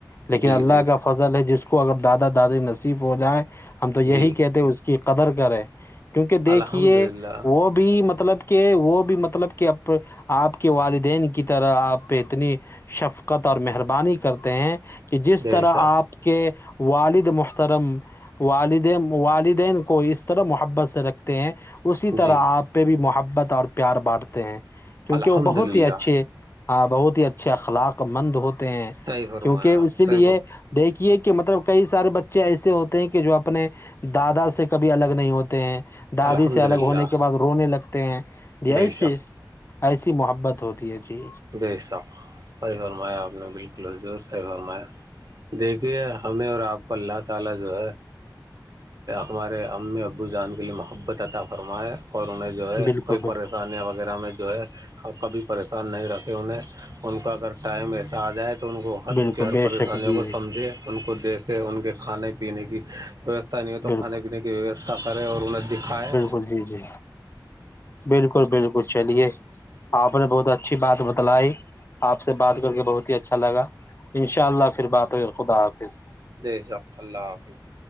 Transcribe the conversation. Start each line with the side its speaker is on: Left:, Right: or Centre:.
Left: لیکن
Right: جی
Left: اللہ
Right: جی
Left: کا فضل ہے جس کو اگر دادا دادی نصیف ہو جائے ہم تو یہی
Right: جی
Left: کہتے اس کی قدر کرے کیونکہ دیکھیے
Right: الحمد للہ
Left: وہ بھی بھی مطلب کہ وہ بھی مطلب کہ آپ کے والدین کی طرح آپ پہ اتنی شفق اور مہربانی کرتے ہیں کہ جس
Right: بے
Left: طرح
Right: شک
Left: آپ کے والد محترم والدین والدین کو اس طرح محبت سے رکھتے ہیں اسی طرح
Right: جی
Left: آپ پہ بھی محبت اور پیار بانٹتے ہیں کیونکہ
Right: الحمد
Left: وہ بہت
Right: للہ
Left: ہی اچھے ہاں بہت ہی اچھے اخلاق مند ہوتے ہیں
Right: صحیح فرمایا
Left: کیونکہ اسی
Right: آپ صحیح
Left: لیے
Right: فرما
Left: دیکھیے کہ مطلب کئی سارے بچے ایسے ہوتے ہیں کہ جو اپنے دادا سے کبھی الگ نہیں ہوتے ہیں دادی
Right: الحمد
Left: سے الگ
Right: للہ
Left: ہونے کے بعد رونے لگتے ہیں جیسے
Right: بے شک
Left: ایسی محبت ہوتی ہے جی
Right: بے شخ سی فرمایا آپ نے بالکل حضور ساہی فرمایا دیکھیے ہمیں اور آپ کو اللہ تعالی جو ہے ہمارے ا ابو زان کے لیے محبت عطا فرمایا اور انہیں جو ہے
Left: بالکل
Right: کوئی پریشانیاں
Left: بالکل
Right: وغیرہ میں جو ہے کبھی پریشان نہیں رکھ کہ انہیں ان کا اگر ٹائم ایسا آ جائے تو ان کو ہر
Left: بالکل
Right: ان کی ہر
Left: بے
Right: پریشانیوں
Left: شک جی
Right: کو
Left: جی
Right: سمجھے ان کو دیکھے ان کے کھانے پینے کی پت نہیں ہو تو
Left: بالکل
Right: کھانے پینے کی ویوستھا کرے اور انہیں دکھائے
Left: ج جی جی بالکل بالکل چلیے آپ نے بہت اچھی بات بتلائی آپ سے بات
Right: جی
Left: کر کے بہت ہی اچھا لگا ان شاء اللہ پھر بات ہوئی خدا حافظ
Right: دے جک اللہ حافظ